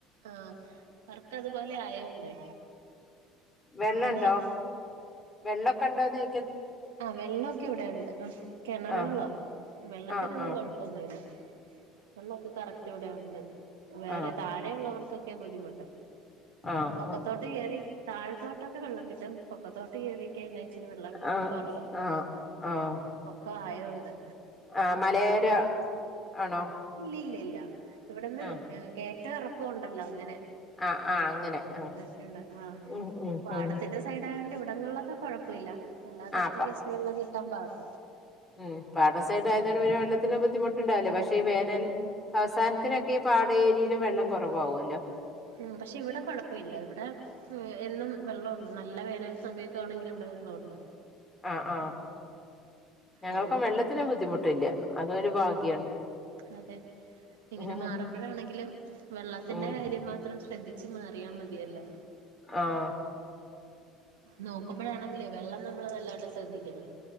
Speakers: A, on the right; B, on the left.
A: ആഹ വർക്ക് അതുപോലെ ആയോണ്ടേ.
B: വെള്ളണ്ടോ,
A: എന്താണ്
B: വെള്ളൊക്കെണ്ടോന്ന്?
A: ആഹ് വെള്ളൊക്കെ ഇവിടെയുണ്ട്. ഹ്മ്മ് കെണറ്
B: ആഹ്
A: വെള്ളവാ വെള്ളത്തിനൊന്നും
B: ആഹ് ആഹ്
A: കൊഴപ്പൊന്നുമില്ല. വെള്ളൊക്കെ കറക് <unintelligible> ഇവിടെയുണ്ട് വേറെ
B: ആഹ്
A: താഴെ ഉള്ളവർക്കൊക്കെ ബുദ്ധിമുട്ട്
B: ആഹ്.
A: പൊക്കത്തോട്ട്
B: ആഹ്
A: കേറി, താഴത്തോട്ടൊക്കെ വെള്ളം കിട്ടും. പൊക്കത്തോട്ട് കറിയൊക്കെഴിഞ്ഞാൽ ഇച്ചിരി വെള്ളം
B: ആഹ്
A: കൊറവാ,
B: ആഹ് ആഹ്
A: പൊക്കൊ ആയോണ്ട്
B: ആഹ് മലയട ആണോ
A: ഇല്ലില്ലല്ല ഇല്ല ഇവിടുന്ന്
B: ആഹ്
A: ഏഹ് കേറ്റവും എറക്കവും ഉണ്ടല്ലോ, അങ്ങനെ
B: ആഹ് ആഹ് അങ്ങനെ
A: <unintelligible>
B: ആഹ്
A: ആഹ്,
B: ഉം ഉം
A: പാടത്തിന്റെ
B: ഉം
A: സൈടായോണ്ട് ഇവടങ്ങളിലൊക്കെ കൊഴപ്പമില്ല കൊഴപ്പമില്ല, അല്ലാത്തൊട്ത്തൊക്കെ
B: ആഹ്
A: ഇസ്റ്റ് വെള്ളംകിട്ടാൻ പാടാ
B: ഹ്മ്മ്, പാതസൈഡായതോണ്ട് പിന്നെ വെള്ളത്തിന്റെ ബുദ്ധിമുട്ട്ണ്ടാവില്ല. പക്ഷെ ഈ വേനൽ അവസാനത്തിനൊക്കെ ഈ പാതേരിയയിലും വെള്ളം കൊറവാവൊല്ലോ
A: ആഹ് പക്ഷെ ഇവിടെ കൊഴപ്പോയില്ല ഇവിടെ ഏഹ് എന്നും വെള്ളൊണ്ട്, നല്ല വേനൽ സമയത്താണെങ്കിലും ഇവിടെ വെള്ളൊണ്ട്.
B: ആഹ് ആഹ്, ഞങ്ങൾക്കും
A: അതുകൊണ്ട്
B: വെള്ളത്തിന് ബുദ്ധിമുട്ടില്ല, അതൊരു ഭാഗ്യാണ്.
A: അതെ, ഇങ്ങനെ
B: ഉം
A: മാറുമ്പഴാണെങ്കില് വെള്ളത്തിന്റെ
B: ഉം
A: കാര്യമാത്രം ശ്ര ശ്രദ്ധിച്ച് മാറിയാ മതിയല്ലോ
B: ആഹ്
A: നോക്കുമ്പഴാണെങ്കിലേ വെള്ളം നമ്മള് വെല്ലാതെ ശ്രദ്ധിക്കണം.